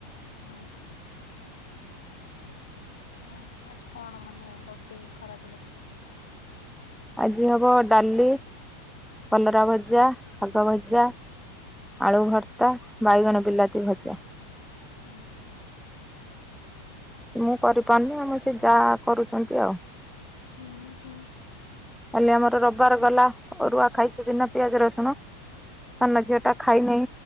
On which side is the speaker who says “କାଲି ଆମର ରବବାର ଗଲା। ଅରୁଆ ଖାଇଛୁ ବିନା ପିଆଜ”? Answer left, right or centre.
Centre